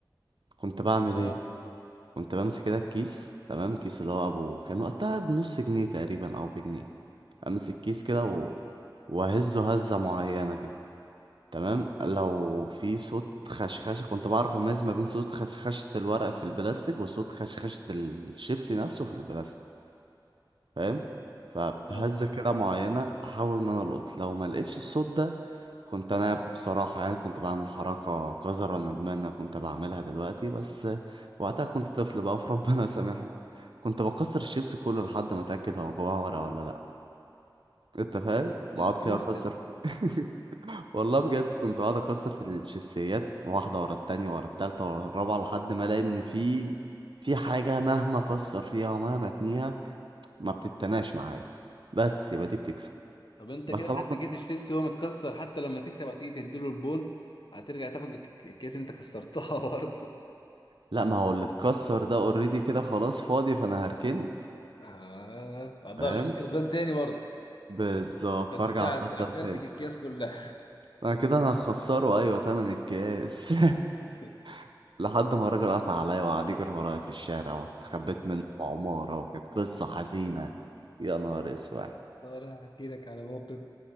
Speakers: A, on the right (about 80°); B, on the left (about 70°).
A: كنت بعمل
B: اه
A: ايه كنت بمسك كده الكيس تمام كيس اللي هو ابو كان وقتها بنص جنيه تقريبا او بجنيه امسك كيس كده و... واهزه هزه معينه كده تمام لو في صوت خشخشه كنت بعرف اميز ما بين صوت خشخشه الورق في البلاستيك وصوت خشخشه الشيبسي نفسه في البلاستيك فاهم فبهزة
B: اه
A: كده معينة أحاول إن أنا ألقط لو ما لقيتش الصوت ده كنت أنا بصراحة يعني كنت بعمل حركة قذرة ندمان إن أنا كنت بعملها دلوقتي بس وقتها كنت طفل بقى فربنا <laughs> سامحني كنت بكسر الشيبس كله لحد ما أتأكد هو جواه ورقة ولا لأ أنت فاهم
B: ده
A: بقعد
B: انت
A: كده
B: مفسد
A: أكسر فيه <laughs> والله بجد كنت قاعد اكسر في الشيبسيات واحده ورا التانية ورا التالتة ورا الرابعه لحد ما الاقي ان في في حاجه مهما اكسر فيها ومهما اتنيها ما بتتناش معايا بس يبقى دي بتكسب
B: طب انت
A: بس
B: كده
A: طبعا
B: خدت كيس الشيبسي وهو متكسر حتى لما تكسب هتيجي تديله البون هترجع تاخد الك- الكيس اللي انت كسرتها <laughs> برضه
A: لا ما هو اللي اتكسر ده اوريدي كده خلاص فاضي فانا هركنه
B: اه هتضل
A: فاهم
B: عليك كسبان تاني برضه
A: بالظبط
B: ده
A: فارجع
B: انت كده
A: اكسر
B: هت- هتفرتك
A: تاني
B: الكيس كلها
A: انا كده انا هخسره ايوه تمن الكاس
B: <laughs>
A: <laughs> لحد ما الراجل قطع عليا وقعد يجري ورايا في الشارع واستخبيت منه في عمارة وكانت قصة حزينة يا نهار اسود
B: طب انا هحكي لك على موقف